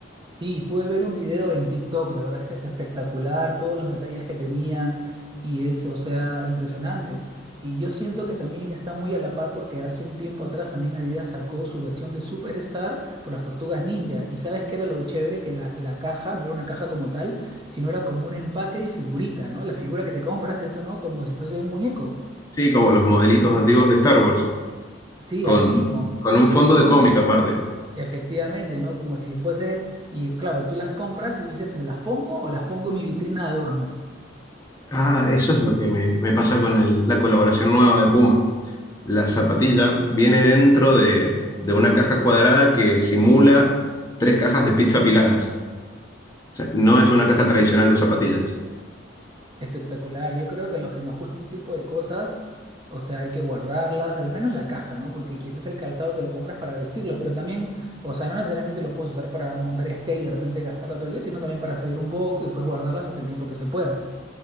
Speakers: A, on the right (about 25°); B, on the left (about 20°).
A: Sí, pude ver un video en TikTok, la verdad es que es espectacular, todos los detalles que tenían y es, o sea, impresionante. Y yo siento que también está muy a la par porque hace un tiempo atrás también Adidas sacó su versión de Superstar por las Tortugas Ninja. Y sabes que era lo chévere que la, la caja no era una caja como tal, sino era como un empaque de figurita, ¿no? La figura que te compras, eso, ¿no? Como si fuese un muñeco.
B: Sí, como los modelitos antiguos de Star Wars.
A: Sí,
B: con,
A: así mismo,
B: con un fondo de cómic aparte.
A: efectivamente, ¿no? Como si fuese, y claro, tú las compras y dices, ¿me las pongo o las pongo en mi vitrina de adorno?
B: Ah, eso es lo que me, me pasa con el- la colaboración nueva de Puma. La zapatilla viene dentro de, de una caja cuadrada que simula tres cajas de pizza apiladas. O sea, no es una caja tradicional de zapatillas.
A: Espectacular. Yo creo que los que nos gusta ese tipo de cosas, o sea, hay que guardarlas, al menos la caja, ¿no? Porque quizás el calzado te lo compras para vestirlo, pero también, o sea, no necesariamente lo puedes usar para montar skate y de repente gastarla todo el día, sino también para salir un poco y después guardarlas hasta el tiempo que se pueda.